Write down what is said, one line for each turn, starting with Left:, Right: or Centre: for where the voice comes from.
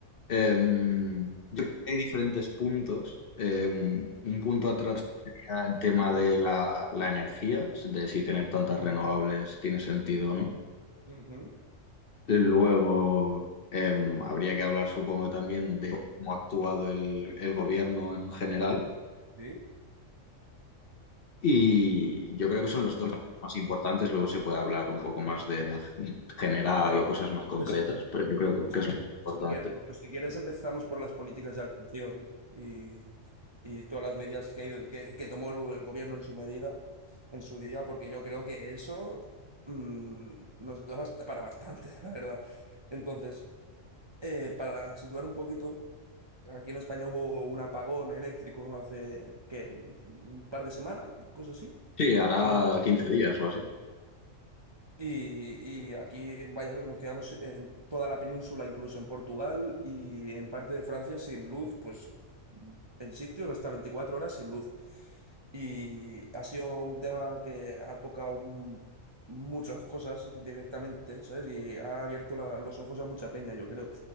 Left: Em, yo creo que hay diferentes puntos. Em, un punto a tratar sería el tema de la, la energía, de si tener tantas
Right: Ujú.
Left: renovables tiene sentido o no.
Right: Ujú,
Left: Luego, em, habría que hablar, supongo, también de cómo ha actuado el, el gobierno en general.
Right: sí.
Left: Y yo creo que son los dos temas más importantes. Luego se puede hablar un poco más de general
Right: Venga,
Left: o cosas más concretas,
Right: pues si,
Left: pero yo creo que es
Right: qui-
Left: lo más importante.
Right: si quier- pues si quieres empezamos por las políticas de actuación y, y todas las medidas que, ha ido- que, que tomó el, el gobierno en su medida, en su día, porque yo creo que eso mm, nos da bast- para bastante, <laughs> la verdad. Entonces, eh, para situar un poquito. Aquí en España hubo un apagón eléctrico hace, ¿qué? Un, un par de semanas, cosas así.
Left: Sí, hará
Right: Cuando,
Left: 15 días o así.
Right: y, y aquí, vaya, nos quedamos en toda la península, incluso en Portugal y en parte de Francia sin luz, pues en sitios hasta 24 horas sin luz. Y ha sido un tema que ha tocado m- muchas cosas indirectamente, ¿sabes? Y ha abierto la- los ojos a mucha peña, yo creo.